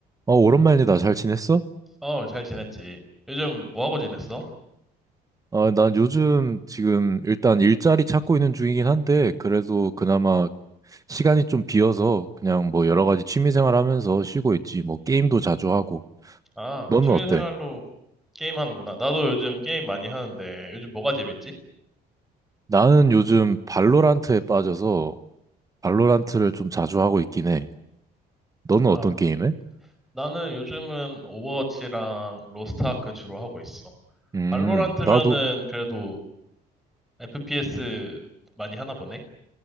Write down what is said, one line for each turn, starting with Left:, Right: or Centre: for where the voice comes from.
Right: 어, 오랜만이다. 잘 지냈어?
Centre: 어, 잘 지냈지. 요즘 뭐 하고 지냈어?
Right: 아, 난 요즘 지금 일단 일자리 찾고 있는 중이긴 한데, 그래도 그나마 시간이 좀 비어서 그냥 뭐 여러 가지 취미생활 하면서 쉬고 있지. 뭐 게임도 자주 하고.
Centre: 아,
Right: 너는
Centre: 취미생활로
Right: 어때?
Centre: 게임 하는구나. 나도 요즘 게임 많이 하는데, 요즘 뭐가 재밌지?
Right: 나는 요즘 발로란트에 빠져서 발로란트를 좀 자주 하고 있긴 해. 너는
Centre: 아,
Right: 어떤 게임해?
Centre: 나는 요즘은 오버워치랑 로스트아크 주로 하고 있어.
Right: 음,
Centre: 발로란트면은
Right: 나도,
Centre: 그래도 FPS 많이 하나 보네?